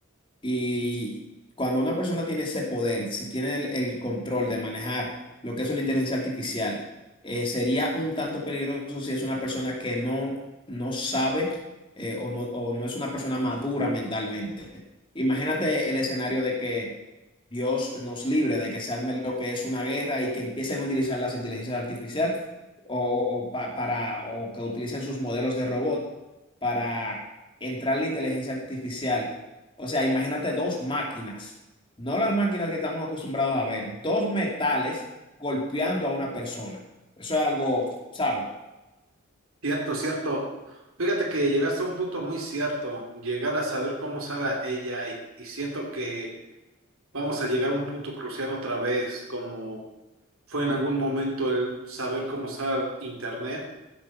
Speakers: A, on the left; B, on the right.
A: Y cuando una persona tiene ese poder, si tiene el, el control de manejar lo que es una inteligencia artificial, eh, sería un tanto peligroso si es una persona que no, no sabe eh, o no, o no es una persona madura mentalmente. Imagínate el escenario de que Dios nos libre de que se arme lo que es una guerra y que empiecen a utilizar las inteligencias artificiales o, o pa- para, o que utilicen sus modelos de robot para entrar la inteligencia artificial o sea, imagínate dos máquinas, no las máquinas que estamos acostumbrados a ver, dos metales golpeando a una persona. Eso es algo, ¿sabe?
B: Cierto, cierto. Fíjate que llegaste a un punto muy cierto, llegar a saber cómo usar a AI y siento que vamos a llegar a un punto crucial otra vez, como fue en algún momento el saber cómo usar internet.